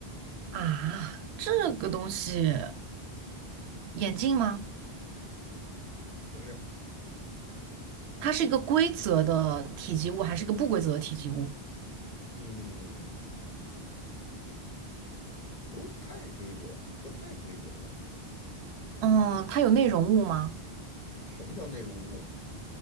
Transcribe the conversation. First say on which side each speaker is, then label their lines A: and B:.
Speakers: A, on the right; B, on the left.
A: 啊，这个东西，眼镜吗？
B: 不是。
A: 它是一个规则的体积物，还是一个不规则的体积物？
B: 嗯，不太规则，不太规则吧？
A: 嗯，它有内容物吗？
B: 什么叫内容物？